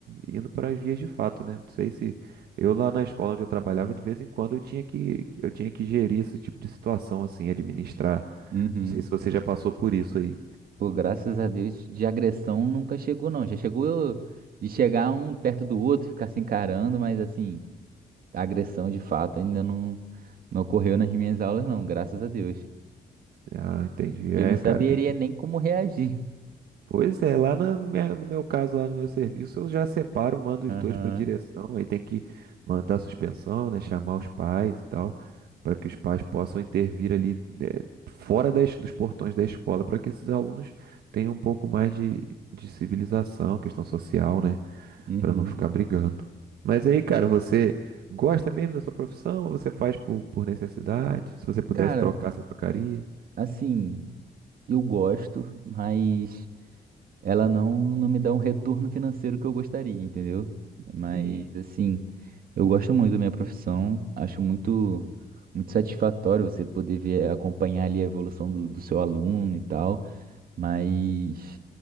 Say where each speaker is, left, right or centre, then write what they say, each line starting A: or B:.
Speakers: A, on the right (about 85°); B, on the right (about 65°).
A: indo para as vias de fato, né? Não sei se eu lá na escola onde eu trabalhava, de vez em quando eu tinha que eu tinha que gerir esse tipo de situação assim, administrar.
B: Uhum.
A: Não sei se você já passou por isso aí.
B: Pô, graças a Deus, de agressão nunca chegou, não. Já chegou de chegar um perto do outro, ficar se encarando, mas assim, agressão de fato ainda não, não ocorreu nas minhas aulas, não, graças a Deus.
A: Ah, entendi.
B: que
A: É,
B: eu não saberia
A: o cara tem que.
B: nem como reagir.
A: Pois é, lá na- no meu, no meu caso, lá no meu serviço, eu já separo, mando os
B: Aham.
A: dois para direção, aí tem que mandar suspensão, né, chamar os pais e tal, para que os pais possam intervir ali né, fora das, dos portões da escola, para que esses alunos tenham um pouco mais de, de civilização, questão social, né,
B: Uhum.
A: para não ficar brigando. Mas aí, cara, você gosta mesmo da sua profissão ou você faz por, por necessidade? Se você pudesse
B: Cara,
A: trocar, você trocaria?
B: assim, eu gosto, mas. ela não, não me dá um retorno financeiro que eu gostaria, entendeu? Mas,
A: Sim.
B: assim, eu gosto muito da minha profissão, acho muito, muito satisfatório você poder ver, acompanhar ali a evolução do, do seu aluno e tal, mas,